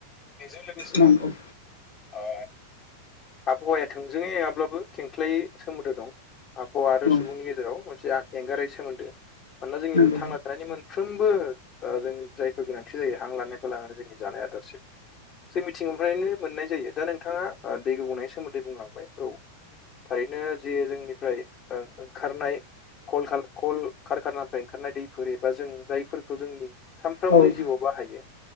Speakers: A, on the left; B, on the left.
A: बेजों लोगोसे
B: नंगौ
A: ओ आबहावाया थोंजोङै नङाब्लाबो खेंख्लायै सोमोन्दो दं आबहावा आरो
B: औ
A: सुबुंनि गेजेराव जेराव मोनसे एंगारै सोमोन्दो मानोना जोंनि
B: नंगौ
A: थांना थानायनि मोन फ्रोमबो जों जायफोर गोनांथि जायो हां लानायखौ लानानै जोंनि जानाय आदारसिम जों मिथिंगानिफ्रायनो मोननाय जायो दा नोंथाङा दै गोबुंनिनायनि सोमोन्दै बुंलांबाय औ थारैनो जे जोंनिफ्राय ओंखारनाय कल खा कलकारखानानिफ्राय ओंखारनाय दैफोर एबा जों जायफोरखौ जोंनि सानफ्रामबोनि
B: औ
A: जिउआव बाहायो